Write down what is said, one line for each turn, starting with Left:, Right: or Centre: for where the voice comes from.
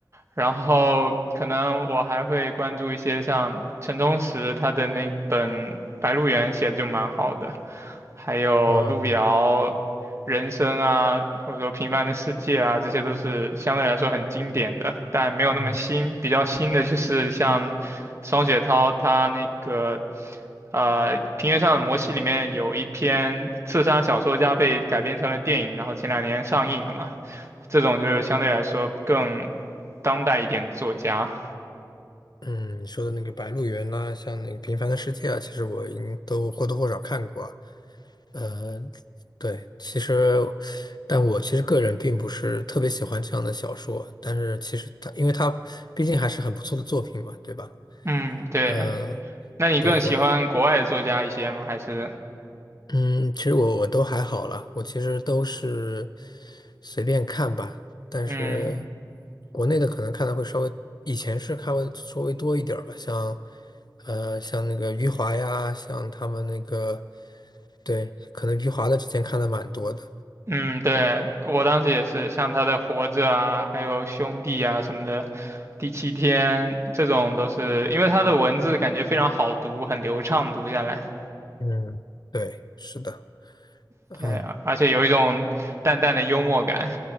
Right: 然后可能我还会关注一些像陈忠实他的那本《白鹿原》写的就蛮好的，还有路遥、
Left: 嗯
Right: 人生啊，或者说平凡的世界啊，这些都是相对来说很经典的，但没有那么新。
Left: 嗯，
Right: 比较新的就是像双雪涛他那个呃《平原上的摩西》里面有一篇刺杀小说家被改编成了电影，然后前两年上映了嘛，这种就是相对来说更当代一点的作家。
Left: 嗯，你说的那个《白鹿原》呐，像那个《平凡的世界》啊，其实我应都或多或少看过。呃，对，其实，但我其实个人并不是特别喜欢这样的小说，但是其实它，因为它毕竟还是很不错的作品嘛，对吧？
Right: 嗯，对。
Left: 嗯、
Right: 那你更喜欢国外的作家一些吗？
Left: 对，我，
Right: 还是
Left: 嗯，其实我我都还好了，我其实都是随便看吧，但是
Right: 嗯？
Left: 国内的可能看的会稍微，以前是看会稍微多一点儿吧，像，呃，像那个余华呀，像他们那个，对，可能余华的之前看的蛮多的，
Right: 嗯，对，我当时也是，像他的《活着》啊，还有《兄弟》啊什么的，《第七天》这种都是，因为他的文字感觉非常好读，很流畅读下来，
Left: 嗯，对，是的。嗯，
Right: 对啊，而且有一种淡淡的幽默感，